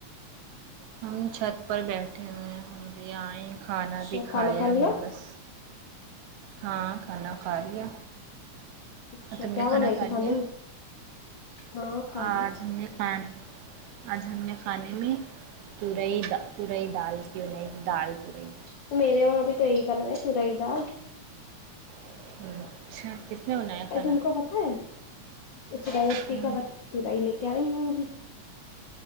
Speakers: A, on the right; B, on the left.
A: ہم چھت پر بیٹھے ہوئے ہیں ہم بھی آئ کھانا
B: اچھا
A: بھی کھایا
B: کھانا کھا لیا
A: ہے بس ہاں کھانا کھا لیا
B: اچھا
A: تم
B: کیا
A: نے کھانا
B: بنائی
A: کھا
B: تھی کھانے
A: لیا
B: میں ہاں کھ ل
A: آج ہم نے کھان آج ہم نے کھانے میں تورئی تورئی دال کی بن دال تورئی
B: تو میرے وہاںب ئی ب ن ہے پوراائی دا
A: <unintelligible> کھانا
B: ا تم کو پت ہے اسٹی
A: ہوں
B: کا ب لے کیا آ ہوں گی